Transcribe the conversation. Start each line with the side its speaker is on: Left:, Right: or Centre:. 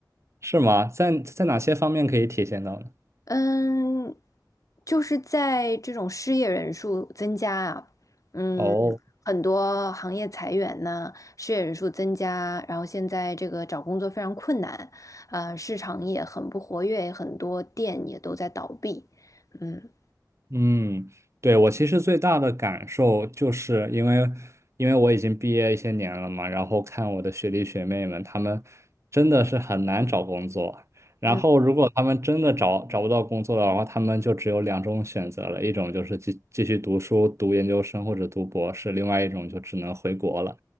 Right: 是吗？在在哪些方面可以体现到呢？
Left: 嗯，就是在这种失业人数增加啊，嗯，
Right: 哦。
Left: 很多行业裁员呐，失业人数增加，然后现在这个找工作非常困难，呃，市场也很不活跃，很多店也都在倒闭，嗯
Right: 嗯，对，我其实最大的感受就是因为，因为我已经毕业一些年了嘛，然后看我的学弟学妹们，他们真的是很难找工作。然后，
Left: 嗯
Right: 如果他们真的找找不到工作的话，他们就只有两种选择了，一种就是继继续读书，读研究生或者读博士，另外一种就只能回国了。